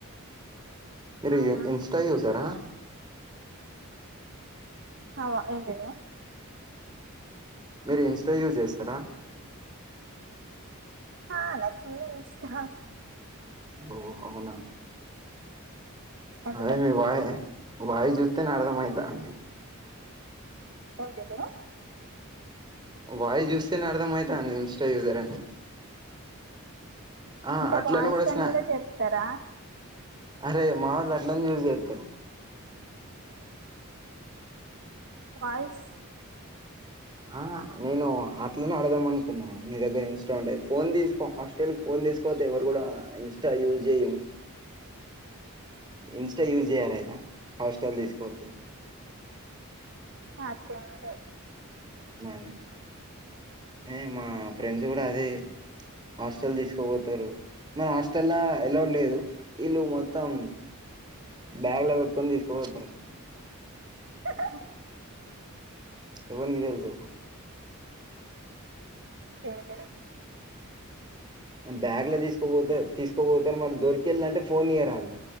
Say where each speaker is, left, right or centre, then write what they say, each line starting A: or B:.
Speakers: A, on the right; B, on the right.
A: మీరు
B: అవునా
A: ఇన్స్టా చూసారా.
B: అవ ఏంటిది.
A: మీరు ఇన్స్టా యూజ్ చేస్తారా.
B: హా నాకు ఉంది ఇన్స్టా
A: ఓ అవునా
B: ఎందుకు
A: అదే మీ బాయ్ బాయ్ చెప్తేనే అర్థమైతాంది
B: ఓర్ పక్కన
A: వాయి చూస్తేనే అర్థం అయితాంది ఇంస్టా యూజర్ అని ఆ
B: అంటే
A: అట్లనే
B: వాయిస్తోని
A: స్నా
B: కూడా చెప్తారా.
A: అరే మా వాళ్లు అట్లయినే యూజ్ చేస్తారు.
B: వాయిస్.
A: ఆ ఆహా నేను అట్లనే అడదాం అనుకున్నా మీ దగ్గర ఇస్స్టా ఉంటే ఫోన్ తీసుకో ఫ ఫోన్ తీసుకోతే ఎవరు గూడా ఇంస్టా యూజ్ చేయమ్ ఇన్స్టా యూజ్ చేయ్యారు అయితే హాస్టల్ తీసుకకోపోతే.
B: ఆ అట్లే ఏంలే
A: మాది ఏ మా ఫ్రెండ్స్ కూడా అదే. హాస్టల్ తీసుకపోతురు. మ హాస్టల్లా ఎలో లేదు వీళ్ళు మొత్తం. బ్యాగ్ లో పెట్టుకొని తీసుకుపోతారు.
B: హాహా
A: ఎవ్వనికి తెలుసు.
B: ఏం పేరు
A: బ్యాగ్ లో తీసుకుపోతే తీసుకోపోతే మరి దొరికిళ్ళ అంటే ఫోన్ ఇయ్యరు ఆళ్ళు